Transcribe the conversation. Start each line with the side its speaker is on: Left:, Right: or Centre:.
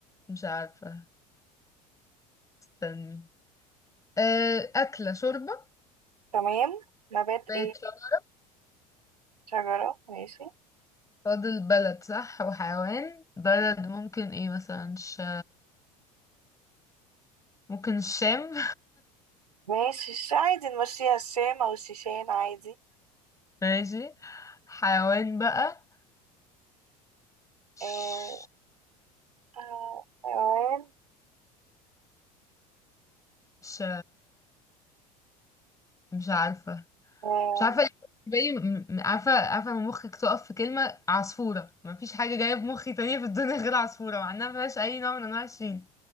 Left: مش عارفة استني أه أكلة شوربة
Right: تمام نبات
Left: بيت
Right: ايه؟
Left: شخص.
Right: شجرة ماشي
Left: فاضل بلد صح وحيوان بلد ممكن ايه مثلا ش... ممكن الشام
Right: ماشي ش- عادي نمشيها الشام او الشيشان عادي
Left: <laughs> ماشي حيوان بقى ش...
Right: آه آه حيوان
Left: ش... مش عارفة
Right: آه
Left: مش عارفه ليه بالنسبة لي م- م- عارفه عارفه لما مخك تقف في كلمه عصفوره مفيش حاجه جايه في مخي تانية في الدنيا غير عصفوره مع انها مفيهاش اي نوع من انواع الشين